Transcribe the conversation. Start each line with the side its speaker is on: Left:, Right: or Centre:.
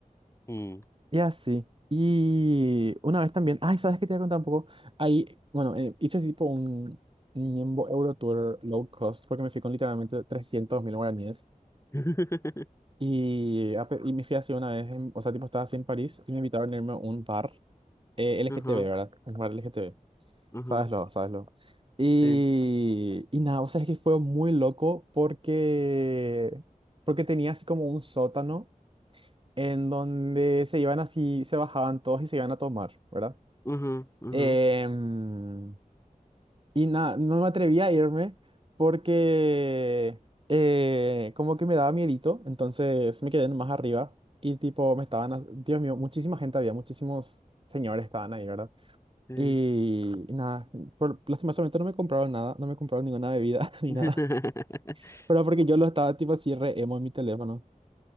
Left: mm.
Right: Y así. Y una vez también, ay, ¿sabes qué te voy a contar un poco? Ahí, bueno, eh, hice tipo un Niembo Euro Tour low cost porque me fui con literalmente trescientos mil guaraníes.
Left: <laughs>
Right: Y, ape- y me fui así una vez, en- o sea, tipo estaba así en París y me invitaron a irme a un bar eh, LGTB,
Left: Ajá,
Right: ¿verdad? Un bar L G T LGTB.
Left: ajá,
Right: Sabeslo, sabeslo. Y,
Left: sí.
Right: y nada, o sea, es que fue muy loco porque, porque tenía así como un sótano en donde se iban así, se bajaban todos y se iban a tomar, ¿verdad?
Left: Ajá, ajá,
Right: Em, y nada, no me atreví a irme porque eh, como que me daba miedito, entonces me quedé más arriba y tipo me estaban, ha- Dios mío, muchísima gente había, muchísimos señores estaban ahí, ¿verdad?
Left: sí.
Right: Y nada, por, lastimosamente no me compraron nada, no me compraron ninguna bebida <laughs> ni
Left: <laughs>
Right: nada, pero porque yo lo estaba tipo así re emo en mi teléfono.